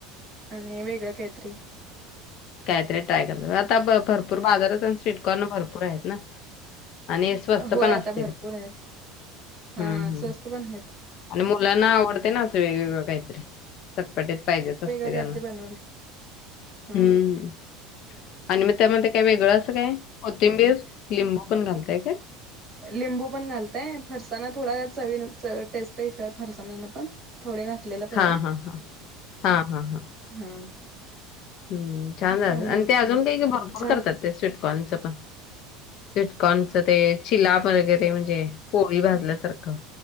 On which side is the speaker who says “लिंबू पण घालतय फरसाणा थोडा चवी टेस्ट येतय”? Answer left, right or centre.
Right